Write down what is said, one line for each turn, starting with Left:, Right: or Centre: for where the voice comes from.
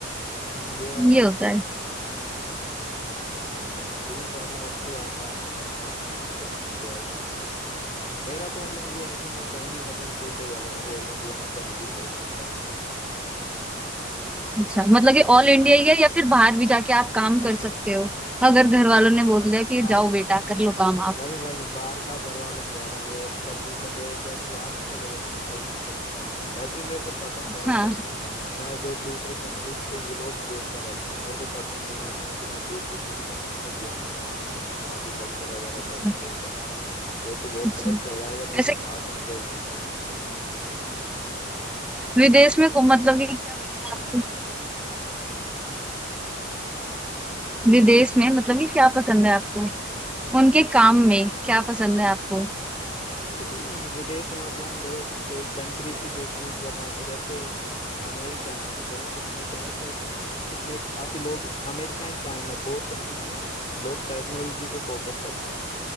Left: हम्म ये बात
Centre: ये
Left: भी
Centre: होता है
Left: तो ठीक है मतलब अच्छी बात है आपको आसपास कहीं मिल जाए तो मेरा तो मतलब ये है कि मैं कहीं भी मतलब सूटेबल हूँ ऑल इंडिया में कहीं भी जॉब मिल जाए <laughs>
Centre: अच्छा मतलब कि ऑल इंडिया ही है या फिर बाहर भी जाके आप काम कर सकते हो अगर घर वालों ने बोल दिया कि
Left: हाँ
Centre: जाओ बेटा कर लो काम आप
Left: वहीं वहीं बाहर का घर वालों पे अगर वो <laughs> परमिशन दे देते हैं तो बाहर भी चले जाएंगे कोई दिक्कत नहीं वैसे भी मेरे को पसंद है मतलब
Centre: हाँ
Left: मैं जो दूसरी कंट्री के व्लॉग्स देखता रहता हूँ मेरे को पसंद है मतलब कि मैं दूसरी किसी कंट्री में घूमूं वहाँ मतलब वहाँ के कल्चर वगैरह
Centre: अच्छा
Left: को एक्सप्लोर करूँ तो ये तो बहुत
Centre: अच्छा।
Left: बेस्ट रहेगा अगर मेरे
Centre: वैसे
Left: को बाहर कहीं जॉब मिल जाए
Centre: विदेश में को- मतलब कि क्या पसंद है आपको
Left: क्या
Centre: विदेश में मतलब कि क्या पसंद है आपको उनके काम में क्या पसंद है आपको
Left: <clears throat> विदेश में मतलब देखो कोई कंट्री स्पेसिफिक बताऊं तो जैसे अमेरिका है तो उसमें क्या है कि मतलब उसमें काफी लोग America and China both countries में लोग टेक्नोलॉजी पे फोकस करते हैं